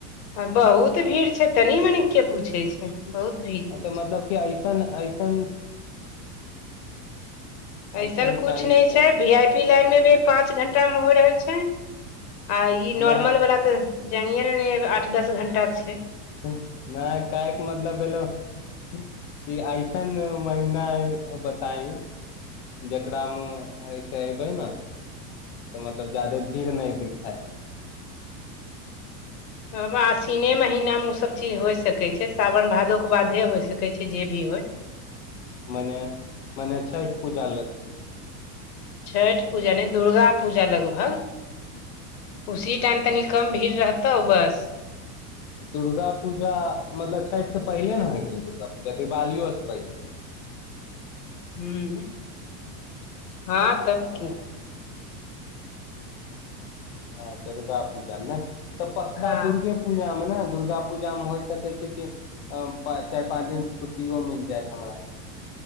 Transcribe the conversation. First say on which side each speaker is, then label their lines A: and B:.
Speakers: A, on the left; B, on the left.
A: आ बहुत भीड़ छै तनी मनिक के पूछे छै बहुत भीड़
B: तऽ
A: छै
B: मतलब कि अइसन अइसन
A: अइसन
B: ऐसन
A: कुछ
B: टाइम
A: नहि
B: चाहिए
A: छै भी आइ पी लाइन मे भी पाँच घंटा मे होइ रहल छै आ ई
B: न
A: नॉर्मल वाला तऽ जानिये ने ने आठ दस घंटा के छै
B: नहि काहैक मतलब भेलौ कि अइसन महिना बताईं जकरामे ऐसे अऐबै ने तऽ मतलब ज्यादे भीड़ नहि दिखै
A: अब आसीने महिना मे उ सब चीज होइ सकै छै सावन भादोे बादे होइ सकै छै जे भी होइ
B: मने मने छठि पूजा लग
A: छठि पूजा
B: ने
A: नै दुर्गा पूजा लगभग उसी टाइम तनि कम भीड़ रहत तौ बस
B: दुर्गा पूजा मतलब छठि से पहिले ने होइ गेलै दुर्गा पूजा दिवालियो से पहिले
A: हूंम्म हँ
B: पहिले
A: तब की
B: हँ दुर्गा पूजामे नहि तऽ पक्का
A: हँ
B: दुर्गे पू पूजा मे ने दुर्गा पूजा मे होइ सकै छै कि चारि पाँच दिनके छुट्टीयो मिल जाएत हमरा